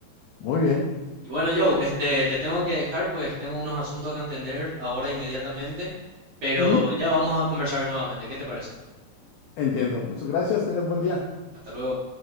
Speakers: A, on the left; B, on the right.
A: Muy bien.
B: Y bueno, Joe, este, te tengo que dejar, pues tengo unos asuntos que atender ahora inmediatamente, pero
A: Ujú,
B: ya vamos a conversar nuevamente. ¿Qué te parece?
A: Entiendo. Muchas gracias. Tengas buen día.
B: Hasta luego.